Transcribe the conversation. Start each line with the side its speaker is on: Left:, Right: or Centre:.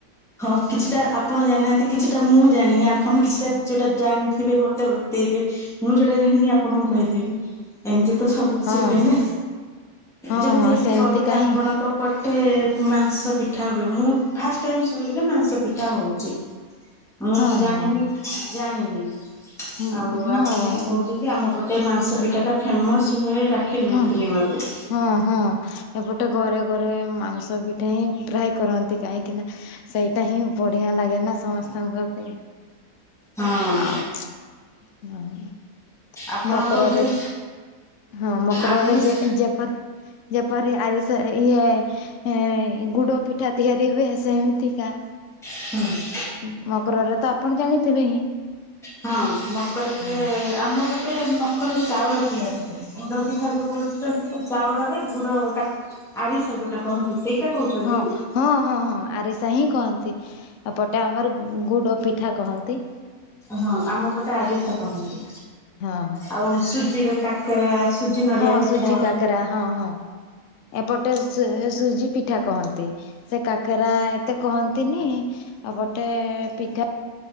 Centre: ହଉ କିଛିଟା ଆପଣ ଜାଣିନାହାନ୍ତି କିଛିଟା ମୁଁ ଜାଣିନି ଆପଣ କିଛିଟା ଯୋଉଟା ଜାଣିଥିବେ ମତେ ବତେଇବେ। ମୁଁ ଯୋଉଟା ଜାଣିନି ଆପଣଙ୍କୁ କହିଦେବି। ଏମତି ତ ସବୁ କିଛି
Left: ହଁ
Centre: ହୁଏନା
Left: ହଁ ହଁ
Centre: ଯେମତି
Left: ହଁ
Centre: ହେଇଟି
Left: ସେମିତି
Centre: କହିଲେ
Left: କାହିଁ
Centre: ଆପଣତ ପଟେ ମାଂସ ପିଠା ହୁଏ ମୁଁ ଫାଷ୍ଟ ଟାଇମ୍ ଶୁଣିଲି ଯେ ମାଂସ ପିଠା ହଉଚି ମୁଁ
Left: ହଁ
Centre: ଜାଣିନି
Left: ହଁ।
Centre: ଜାଣିନି।
Left: ହଁ
Centre: ଆଉ ଆପଣ ଯଦି କହୁଛନ୍ତି ଆମପ ଟେ ମାଂସ ପିଠାଟା ଫେମସରେ ରାଖୀ ପୂର୍ଣ୍ଣ
Left: ହଁ
Centre: ପୂର୍ଣ୍ଣିମାପାଇଁ।
Left: ହଁ ହଁ ଏପଟେ ଘରେ ଘରେ ମାଂସ ପିଠା ହିଁ ପ୍ରାୟ କରନ୍ତି କାହିଁକିନା। ସେଇଟା ହିଁ ବଢିଆ ଲାଗେ ନା ସମସ୍ତଙ୍କ ଘରପାଇଁ।
Centre: ହଁ
Left: ଆଉ ନାହିଁ ମ।
Centre: ଆପଣଙ୍କ
Left: ମକରରେ
Centre: ଘରେ
Left: ହଁ ମକରରେ
Centre: ଆମିଷ
Left: ଯେ ଏଁ ଯେପରି। ଯେପରି ଆରିସା ଇଏ। ହେ ଗୁଡପିଠା ତିଆରି ହୁଏ ସେମତିକା।
Centre: ହୁଁ।
Left: ଉଁ ମକରରେ ତ ଆପଣ ଜାଣିଥିବେ ହିଁ।
Centre: ହଁ ମକରରେ
Left: ହଁ
Centre: ଆମପଟେ ମକର ଚାଉଳ ତିଆରି ହୁଏ। ଗୁଡପିଠା ଯୋଉ କରୁଛନ୍ତି ଚାଉଳରେ ଗୁଡ କାକ୍ ଆରି ସା ଯୋଉଟା କହନ୍ତି ସେଇଟା କହୁଛନ୍ତି
Left: ହଁ
Centre: କି?
Left: ହଁ ହଁ ହଁ ଆରିସା ହିଁ କହନ୍ତି ଏପଟେ ଆମର ଗୁଡ଼ପିଠା କହନ୍ତି
Centre: ହଁ ଆମପଟେ ଆରିସା କହନ୍ତି।
Left: ହଁ।
Centre: ଆଉ ସୁଜିରେ କା କେରା ସୁଜି। ନଡିଆ
Left: ହଁ
Centre: ପିଠା
Left: ସୁଜି କାକ୍ କେରା ହଁ ହଁ ଏପଟେ ସୁଜି ପିଠା କହନ୍ତି। ସେ କାକେରା ଏତେ କହନ୍ତିନି ଏପଟେ ପିଠା।